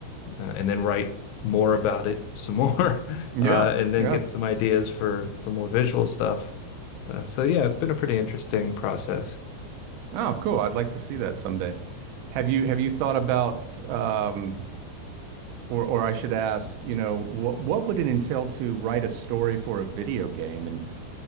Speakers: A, on the left; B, on the right.
A: uh, and then write more about it some more, <laughs>
B: Yeah.
A: uh, and then
B: Yeah.
A: get some ideas for for more visual stuff. Uh, so yeah, it's been a pretty interesting process.
B: Oh, cool. I'd like to see that someday. Have you have you thought about um or or I should ask, you know, what what would it entail to write a story for a video game and